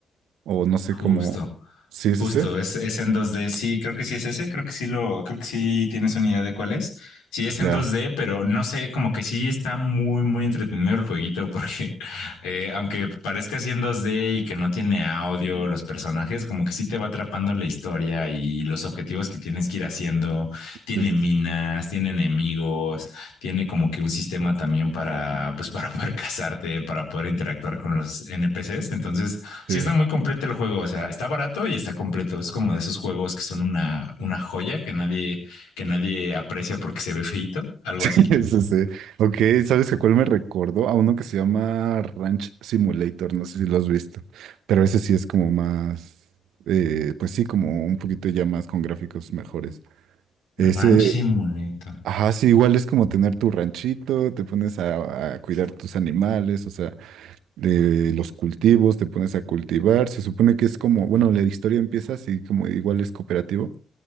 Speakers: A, on the right; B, on the left.
A: O no sé
B: Justo.
A: cómo. Sí, sí,
B: Justo,
A: sí.
B: es, es en 2D. Sí, creo que sí es ese. Creo que sí lo, creo que sí tienes una idea de cuál es. Sí, es en
A: Ya.
B: 2D, pero no sé, como que sí está muy, muy entretenido el jueguito, porque <laughs> eh, aunque parezca así en 2D y que no tiene audio, los personajes, como que sí te va atrapando la historia y los objetivos que tienes que ir haciendo. Tiene
A: Sí, sí,
B: minas,
A: sí.
B: tiene enemigos, tiene como que un sistema también para, pues, para poder <laughs> casarte, para poder interactuar con los NPCs. Entonces, Sí,
A: <laughs>
B: está muy completo el juego. O sea, está barato y está completo. Es como de esos juegos que son una, una joya que nadie, que nadie aprecia porque se ve feito, algo
A: Sí,
B: así.
A: sí, sí. Ok, ¿sabes a cuál me recordó? A uno que se llama Ranch Simulator, no sé si lo has visto, pero ese sí es como más, eh, pues sí, como un poquito ya más con gráficos mejores. Ese,
B: Ranch Simulator.
A: ajá, sí, igual es como tener tu ranchito, te pones a, a cuidar tus animales, o sea, de los cultivos, te pones a cultivar, se supone que es como, bueno, la historia empieza así como igual es cooperativo.